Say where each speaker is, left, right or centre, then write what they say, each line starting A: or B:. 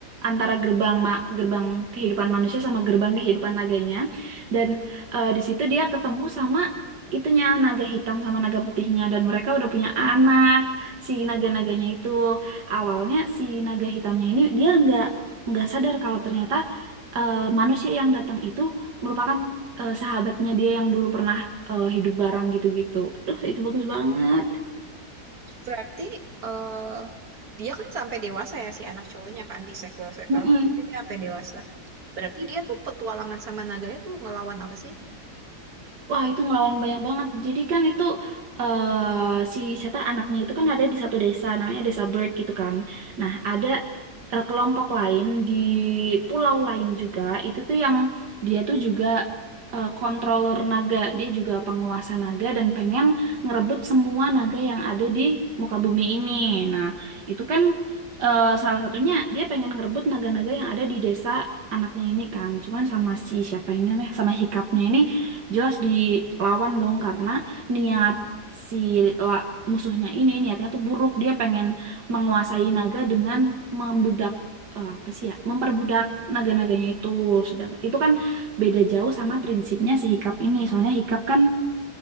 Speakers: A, on the right; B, on the right.
A: antara gerbang ma gerbang kehidupan manusia sama gerbang kehidupan naganya dan eh, di situ dia ketemu sama itunya naga hitam sama naga putihnya dan mereka udah punya anak si naga-naganya itu awalnya si naga hitamnya ini dia enggak nggak sadar kalau ternyata eh, manusia yang datang itu merupakan eh, sahabatnya dia yang dulu pernah eh, hidup bareng gitu-gitu. Aduh, itu bagus banget.
B: Berarti eh dia kan sampai dewasa ya si anak cowoknya kan di sequel-sequel.
A: Mm-mm.
B: Tapi dia sampai dewasa. Berarti dia tuh petualangan sama naganya tuh ngelawan apa sih?
A: Wah, itu ngelawan banyak banget. Jadi kan itu eh si siapa anaknya itu kan ada di satu desa namanya Desa Bird gitu kan. Nah, ada eh, kelompok lain di pulau lain juga itu tuh yang dia tuh juga eh, controller naga. Dia juga penguasa naga dan pengen ngerebut semua naga yang ada di muka bumi ini. Nah, itu kan eh, salah satunya dia pengen ngerebut naga-naga yang ada di desa anaknya ini kan. Cuman sama si siapa ini namanya sama hikapnya ini jelas dilawan dong karena niat si la- musuhnya ini niatnya tuh buruk dia pengen menguasai naga dengan membudak eh, apa sih ya memperbudak naga-naganya itu sedangkan itu kan beda jauh sama prinsipnya si Hikap ini soalnya Hikap kan